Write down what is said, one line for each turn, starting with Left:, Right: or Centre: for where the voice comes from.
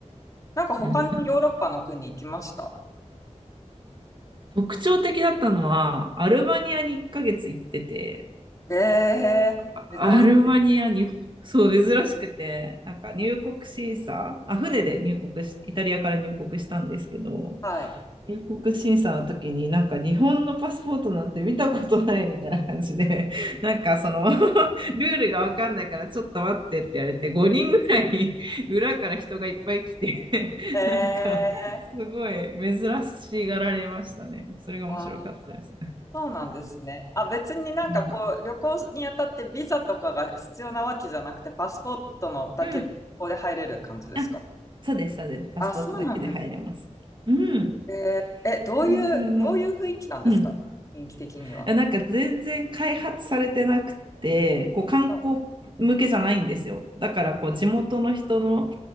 Left: なんか他にヨーロッパの国行きました
Right: うんうん、特徴的だったのは、アルバニアに1ヶ月行ってて、
Left: えー、
Right: あアルバニアに、
Left: 珍しい。
Right: そう、珍しくて、なんか入国審査、あ、船で入国し、イタリアから入国したんですけど、
Left: はい。
Right: 入国審査の時になんか日本のパスポートなんて見たことないみたいな感じで、<laughs> なんかその <laughs> ルールがわかんないからちょっと待ってって言われて5人ぐらい裏から人がいっぱい来て <laughs>
Left: えー、
Right: なんかすごい珍しがられましたね。それが面白かったですね。
Left: あ、そうなんですね。あ、別になんかこう、
Right: うん。
Left: 旅行にあたってビザとかが必要なわけじゃなくて、パスポートのだけで、
Right: うん。
Left: ここで入れる感じですか
Right: あ、そうです、そうです。パスポートだけで入れます。
Left: あ、そうなんですね
Right: うん。
Left: えーえ、どういう、
Right: 全然なんか、
Left: どういう雰囲気なんですか雰囲気的には。
Right: うん。やなんか全然開発されてなくて、こう観光向けじゃないんですよ。
Left: あ、
Right: だからこう地元の人の